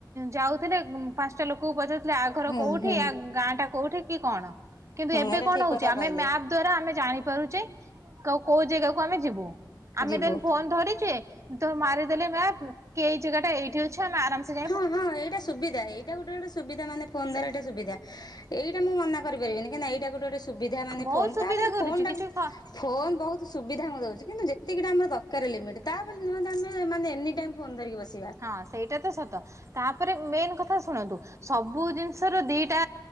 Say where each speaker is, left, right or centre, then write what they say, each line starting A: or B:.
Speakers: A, on the right (about 40°); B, on the left (about 65°).
A: ଯାଉଥିଲେ ପାଞ୍ଚଟା ଲୋକକୁ ପଚାରୁଥିଲେ ଆ ଘର
B: ହୁଁ
A: କୋଉଠି
B: ହୁଁ
A: ଆ ଗାଁ ଟା କୋଉଠି କି କଣ। କିନ୍ତୁ
B: ହୁଁ
A: ଏବେ
B: ଏଇଟା
A: କଣ
B: ଠିକ
A: ହଉଛି
B: କଥା
A: ଆମେ
B: କହିଲେ
A: ମ୍ୟାପ୍ ଦ୍ଵାରା ଆମେ ଜାଣିପାରୁଚେ କୋଉ ଜାଗାକୁ ଆମେ ଯିବୁ ଆମେ
B: ଯିବୁ।
A: ଦେନ୍ ଫୋନ୍ ଧରିଚେ ତ ମାରିଦେଲେ ମ୍ୟାପ୍ କି ଏଇ ଜାଗା ଟା ଏଇଠି ଅଛି ଆମେ ଆରାମସେ ଯା
B: ହଁ ହଁ ଏଇଟା ସୁବିଧା ଏଇଟା ଗୋଟେ ଗୋଟେ ସୁବିଧା ମାନେ ଫୋନ୍
A: ସେ
B: ଧରିବା ଟା ସୁବିଧା ଏଇଟା ମୁଁ ମନା କରିପାରିବିନି କାହିଁକି ଏଇଟା ଗୋଟେ ଗୋଟେ ସୁବିଧା ମାନେ
A: ବହୁତ
B: ଫୋନ
A: ସୁବିଧା
B: ତା ବୋଲି
A: କରୁଛି
B: ଫୋନ ଟାକୁ
A: କିଛି କ
B: ଫୋନ୍ ବହୁତ ସୁବିଧା ମୁଁ ଦଉଛି କିନ୍ତୁ ଯେତିକିଟା ଆମର ଦରକାର ଲିମିଟ୍ ତା ବୋଲି ନୁହେଁ ଆମେ ମାନେ ଏନି ଟାଇମ୍ ଫୁନ୍ ଧରିକି ବସିବା।
A: ହଁ ସେଇଟା ତ ସତ ତାପରେ ମେନ୍ କଥା ଶୁଣନ୍ତୁ। ସବୁ ଜିନିଷ ର ଦିଟା